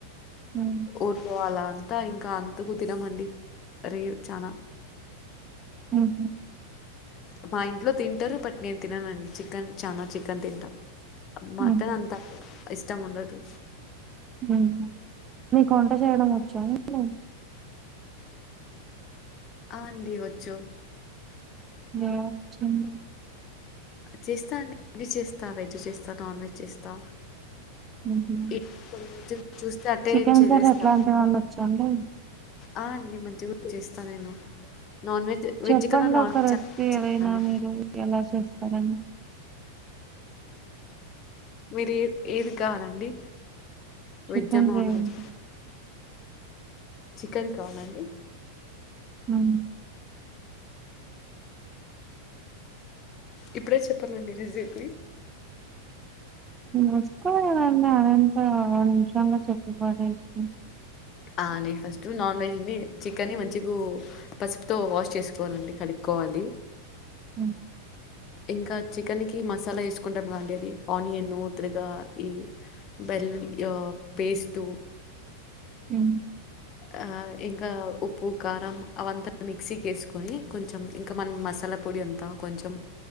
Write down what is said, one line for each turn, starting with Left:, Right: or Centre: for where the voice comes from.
Right: ఉమ్.
Left: ఊర్లో అలా అంతా ఇంకా అంతకు తినమండి రేర్ చానా
Right: ఉమ్.
Left: మా ఇంట్లో తింటరు బట్ నేను తిననండి చికెన్ చానా చికెన్ తింటాం మటన్
Right: ఉమ్.
Left: అంతా ఇష్టం ఉండదు
Right: మ్ హు మీకు వంట చేయడం వచ్చా అండి
Left: ఆ అండి వచ్చు
Right: హా ఒచ్చండి
Left: చేస్తాండి అన్నీ చేస్తా వెజ్ చేస్తా నాన్ వెజ్ చేస్తా
Right: మ్ హు
Left: ఇట్ చూస్తే అట్టే
Right: చికెన్
Left: చేసేస్తా
Right: కర్రీ ఎట్లాంటి వేవన్నొచ్చా అండి
Left: ఆ అండి మంజ్జి గుడ్ చేస్తా నేను నాన్ వెజ్
Right: చెప్పండి
Left: వెజ్ కన్నా నాన్
Right: ఒక
Left: వెజ్
Right: రెస్పీ
Left: చాలా
Right: ఏదైనా
Left: ఇష్టమండి.
Right: మీరు ఎలా చేస్తారని
Left: మీరు ఏ ఏది కావాలండి
Right: చికన్
Left: వెజ్జా నాన్
Right: చేయండి
Left: వెజ్ చికెన్ కావాలాండి
Right: హుం
Left: ఇప్పుడే చెప్పాలండి రేసిపీ
Right: వస్తాదిగదండి అదెంత నిమిషాల్లో చెప్పిపడేండీ
Left: ఆ నీ ఫస్టూ నాన్ వెజ్ని చికెన్ని మంచిగూ పసుపుతో వాష్ చేస్కోవాలండి కడుక్ కోవాలి
Right: మ్
Left: ఇంకా చికెన్ కి మసాలా ఏస్కుంటం గా అండి అది ఆనియన్ త్రి గా ఈ బెల్లు ఆ పేస్టు
Right: మ్
Left: ఆ ఇంకా ఉప్పు కారం అవంతా మిక్సీకేస్కోని కొంచెం ఇంకా మనం మసాల్ లా పొడి అంతా కొంచెం